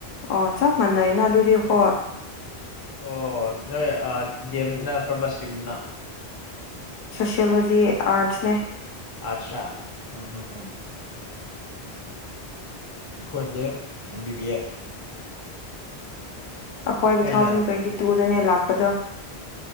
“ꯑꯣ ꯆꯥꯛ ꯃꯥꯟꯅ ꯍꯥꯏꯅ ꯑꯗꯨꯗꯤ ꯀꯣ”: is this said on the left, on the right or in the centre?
Left